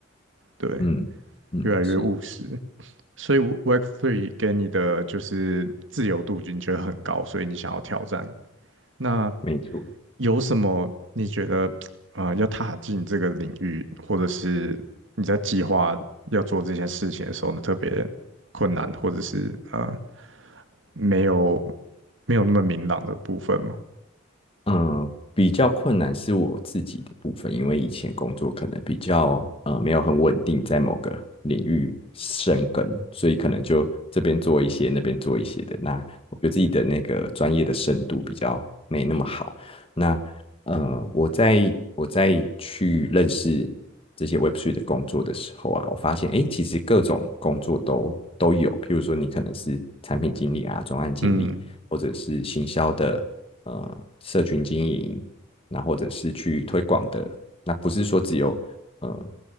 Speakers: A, on the right; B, on the left.
A: 对，
B: 嗯嗯，
A: 越来越务实。
B: 是
A: 所以 w o r k Three 给你的就是自由度，你觉得很高，所以你想要挑战。那
B: 没错。
A: 有什么你觉得啊、呃要踏进这个领域，或者是你在计划要做这件事情的时候呢，特别困难，或者是呃没有没有那么明朗的部分吗？
B: 嗯，比较困难是我自己的部分，因为以前工作可能比较呃没有很稳定，在某个领域深耕，所以可能就这边做一些，那边做一些的。那我觉得自己的那个专业的深度比较没那么好。那呃，我在我在去认识这些 Web3 的工作的时候啊，我发现诶，其实各种工作都都有，譬如说你可能是产品经理啊、专案经理，
A: 嗯，
B: 或者是行销的呃社群经营，那或者是去推广的，那不是说只有呃